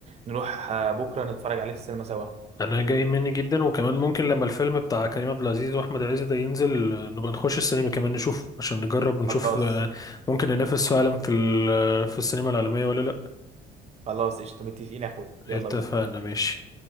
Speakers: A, on the right; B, on the left.
A: نروح آه، بكره نتفرج عليه في السينما سوا
B: انا جاي مني جدا وكمان ممكن لما الفيلم بتاع كريم عبد العزيز واحمد عز ده ينزل آه، نبقى نخش السينما كمان نشوفه عشان نجرب ونشوف
A: خلاص
B: آه، ممكن ننافس فعلا في ال- آه، في السينما العالمية ولا لا
A: خلاص قشطه متفقين يا اخويا يلا
B: اتفقنا
A: بينا
B: ماشي